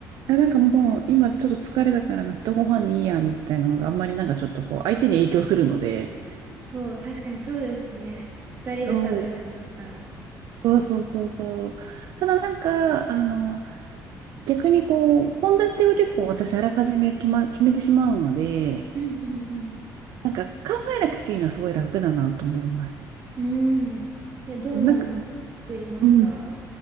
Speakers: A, on the right; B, on the right.
A: いやなんかもう今ちょっと疲れたから納豆ご飯にいいやみたいなのがあんまりなんかちょっとこう相手に影響するので、
B: そう、確かにそうですね。二人で食べるんだったら。
A: そうそうそうそうそう。ただなんか、あの、逆にこう、献立を結構私あらかじめ決ま、決めてしまうので、
B: うんうん
A: なんか考えなくていいのはすごい楽だなと思います。
B: うん。うん。え、どんなの作りますか
A: なんか、うん。